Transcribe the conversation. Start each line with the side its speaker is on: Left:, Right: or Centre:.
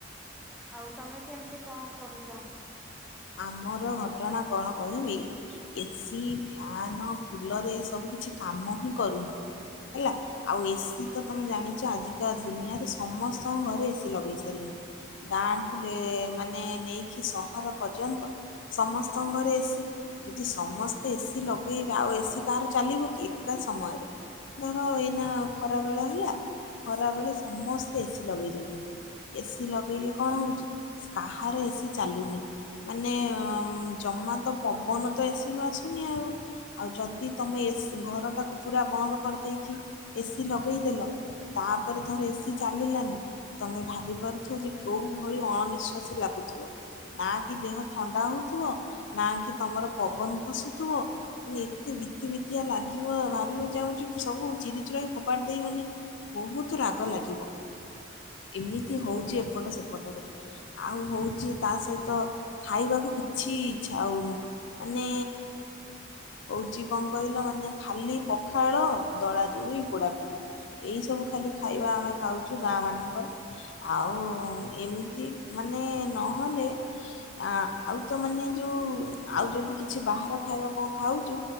Centre: ଆଉ ତମେ କେମିତି କଣ କରୁଛ?
Left: ଆମର ଘଟଣା କଣ କହିବି ଏସି, ଫ୍ୟାନ, କୁଲର ଏ ସବୁ କିଛି କାମ ହିଁ କରୁନି। ହେଲା ଆଉ ଏସି ତ ତମେ ଜାଣିଛ ଆଜିକା ଦୁନିଆରେ ସମସ୍ତଙ୍କ ଘରେ ଏସିି ଲଗେଇ ସାରିଲେଣି ଗାଁଠୁ ମାନେ ନେଇକି ସହର ପର୍ଯ୍ୟନ୍ତ ସମସ୍ତଙ୍କ ଘରେ ଏସିି ଯଦି ସମସ୍ତେ ଏସିି ଲଗାଇବେ ଆଉ ଏସିି କାହାର ଚାଲିବ କି ଏକା ସମୟରେ ଧର ଏଇନା ଖରା ବେଳ ହେଲା ଖରାବେେଳେ ସମସ୍ତେ ଏସି ଲଗାଇ ଦେଉଛନ୍ତି ଏସିି ଲଗାଇଲେ କଣ ହେଉଛି କାହାର ଏସିି ଚାଲୁନି ମାନେ ଜମା ତ ପବନ ତ ଏସିରୁୁ ଆସୁନି ଆଉ ଆଉ ଯଦି ତମେ ଏ ଘରଟାକୁ ପୁରା ବନ୍ଦ କରିଦେଇକି ଏସିି ଲଗେଇଦେଲ ତାପରେ ଧର ଏସିି ଚାଲିଲାନି ତମେ ଭାବି ପାରୁଥ ଯେ କେଉଁ ଭଳି ଅଣନିଶ୍ଵାସୀ ଲାଗୁଥିବ। ନା କି ଦେହ ଥଣ୍ଡା ହଉଥିବ ନା କି ତମର ପବନ ପଷୁଥିବ ମାନେ ଏତେ ବିତି ବିତିଆ ଲାଗିବ ଭାବିବାକୁ ଯାଉଛି ସବୁ ଚିରି ଚିୁର ହି ଫୋପାଡ଼ି ଦେଇ ମାନେ ବହୁତ ରାଗ ଲାଗିବ ଏମିତି ହଉଛି ଏପଟ ସେପଟରେ ଆଉ ହଉଛି ତା ସହିତ। ତ ଖାଇବାକୁ କିଛି ଇଚ୍ଛା ହେଉନି ମାନେ ହେଉଛି କଣ କହିଲ ମାନେ ଖାଲି ପଖାଳ ଦଳା ଦୁଳି ପୋଡ଼ାପୋଡ଼ି ଏଇସବୁ ଖାଲି ଖାଇବା ଆମେ ଖାଉଛୁ ଗାଁ ମାନଙ୍କରେ ଆଉ ଏମିତି ମାନେ ନହେଲେ ଆ ଆଉ ତ ମାନେ ଯୋଉ ଆଉ ଯଦି କିଛି ବାହାର ଖାଇବା କଣ ଖାଉଛୁ।